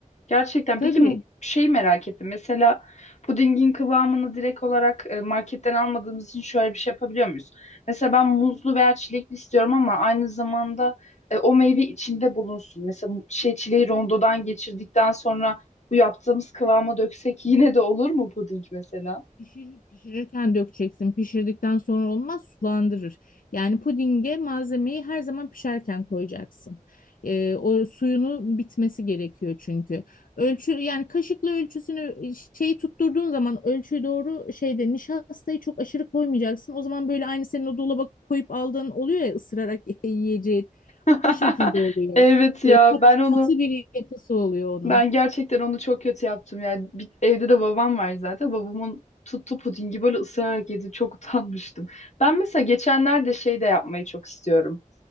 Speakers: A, on the left; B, on the left.
A: Gerçekten.
B: tabii
A: Peki şey merak ettim. Mesela pudingin kıvamını direkt olarak e, marketten almadığımız için şöyle bir şey yapabiliyor muyuz? Mesela ben muzlu veya çilekli istiyorum ama aynı zamanda e, o meyve içinde bulunsun. Mesela bu şey çileği rondodan geçirdikten sonra bu yaptığımız kıvama döksek yine de olur mu puding mesela?
B: Pişir, pişirirken dökeceksin. Pişirdikten sonra olmaz, sulandırır. Yani pudinge malzemeyi her zaman pişerken koyacaksın. Ee, o suyunu bitmesi gerekiyor çünkü. Ölçü yani kaşıkla ölçüsünü e, şeyi tutturduğun zaman ölçüyü doğru şeyde nişastayı çok aşırı koymayacaksın. O zaman böyle aynı senin o dolaba koyup aldığın oluyor ya ısırarak <laughs> yiyeceğin.
A: <laughs>
B: O şekilde oluyor.
A: Evet ya
B: Böyle kat,
A: ben onu
B: katı bir yapısı oluyor onun.
A: Ben gerçekten onu çok kötü yaptım yani. Bir- evde de babam var zaten. Babamın tuttu pudingi böyle ısırarak yedi. Çok <laughs> utanmıştım. Ben mesela geçenlerde şey de yapmayı çok istiyorum.